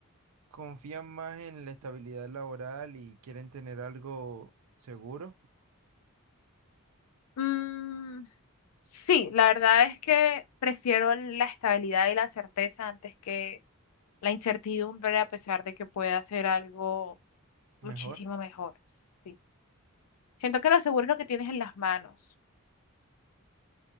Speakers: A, on the right; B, on the left.
A: confían más en la estabilidad laboral y quieren tener algo seguro,
B: Mm, sí, la verdad es que prefiero la estabilidad y la certeza antes que la incertidumbre, a pesar de que pueda ser algo
A: mejor.
B: muchísimo mejor. Sí. Siento que lo seguro es lo que tienes en las manos.